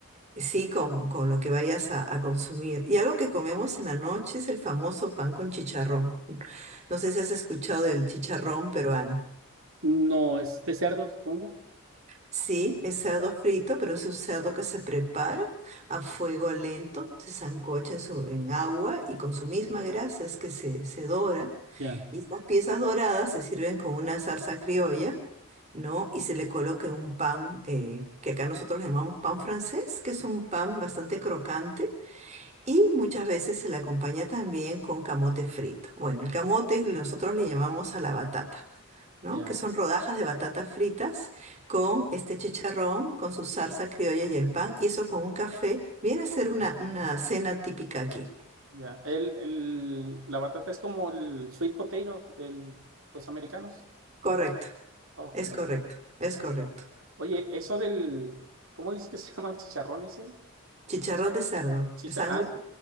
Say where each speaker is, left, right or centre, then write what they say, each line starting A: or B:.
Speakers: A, on the right (about 30°); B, on the right (about 65°).
A: sí, con, con lo que vayas a, a consumir. Y algo que comemos en la noche es el famoso pan con chicharrón. No sé si has escuchado del chicharrón peruano.
B: No, es de cerdo, supongo.
A: Sí, es cerdo frito, pero es un cerdo que se prepara a fuego lento, se sancocha en, su, en agua y con su misma grasa es que se, se dora.
B: Ya,
A: Y estas piezas doradas se sirven con una salsa criolla, ¿no? Y se le coloca en un pan eh, que acá nosotros le llamamos pan francés, que es un pan bastante crocante. Y muchas veces se le acompaña también con camote frito. Bueno, el camote nosotros le llamamos a la batata. ¿no?
B: Ya,
A: Que son rodajas de batatas fritas con este chicharrón, con su salsa criolla y el pan, y eso con un café, viene a ser una, una cena típica aquí.
B: ya. El, el, la batata es como el sweet potato de los americanos.
A: Correcto,
B: Ok.
A: es correcto, es correcto.
B: Oye, eso del, ¿cómo dices que se llama el chicharrón ese?
A: Chicharrón de cerdo,
B: Chicharrón.
A: el sándwich,